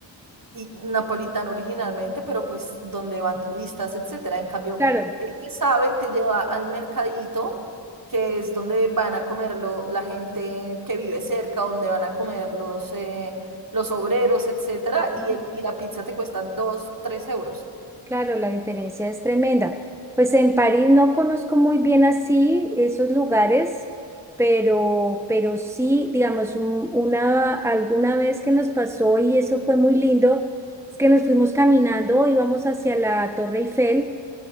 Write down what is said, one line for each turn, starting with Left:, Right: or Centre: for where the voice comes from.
Right: y napolitano originalmente, pero pues donde van turistas, etcétera. En cambio,
Centre: claro.
Right: el que sabe te lleva al mercadito, que es donde van a comerlo la gente que vive cerca, donde van a comer los, eh, los obreros, etcétera,
Centre: ajá.
Right: y, el, y la pizza te cuesta dos tres euros.
Centre: Claro, la diferencia es tremenda. Pues en París no conozco muy bien así esos lugares, pero, pero sí, digamos, un- una, alguna vez que nos pasó y eso fue muy lindo, es que nos fuimos caminando, íbamos hacia la Torre Eiffel